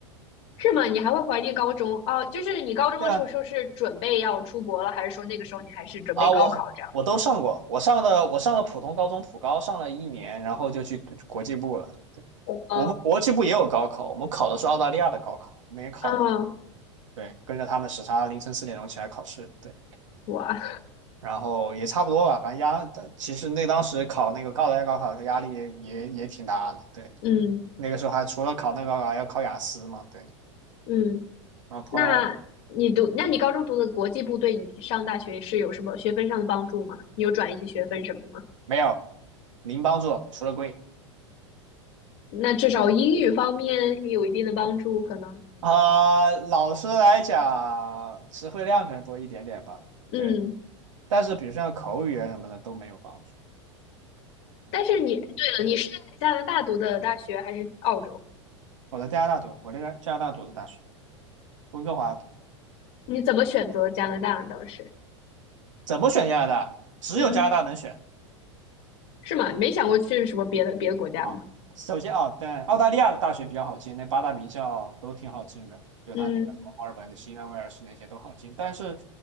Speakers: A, on the left; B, on the right.
A: 是吗？你还会怀念高中？哦，就是你高中的时候，
B: 对啊，
A: 说是准备要出国了，还是说那个时候你还是准备高考这样？
B: 啊，我我都上过，我上的我上了普通高中，普高上了一年，然后就去国际部了。对，
A: 哦
B: 我们国际部也有高考，我们考的是澳大利亚的高考，我们也考了。
A: 哦，
B: 对，跟着他们时差，凌晨四点钟起来考试。对，
A: 哇，
B: 然后也差不多吧，反正压，其实那当时考那个澳大利亚高考的压力也也也挺大的。对。
A: <laughs> 嗯
B: 那个时候还除了考那个还要考雅思嘛，对。
A: 嗯，
B: 然后朋友
A: 那你读，那你高中读的国际部对你上大学是有什么学分上的帮助吗？你有转一些学分什么的吗？
B: 没有零帮助，除了贵
A: 那至少英语方面也有一定的帮助，可能，
B: 啊、老师来讲，词汇量可能多一点点吧，
A: 嗯
B: 对。但是比如像口语啊什么的都没有帮助。
A: 但是你，对了，你是在加拿大读的大学还是澳洲？
B: 我在加拿大读，我这个加拿大读的大学，温哥华读，
A: 你怎么选择加拿大呢？当时，
B: 怎么选加拿大？只有加拿大能选。
A: 嗯，是吗？没想过去什么别的别的国家吗？
B: 啊，首先啊，但澳大利亚的大学比较好进，那八大名校都挺好进的，就他那个什么墨尔本的、
A: 嗯
B: 新南威尔士那些都好进。但是，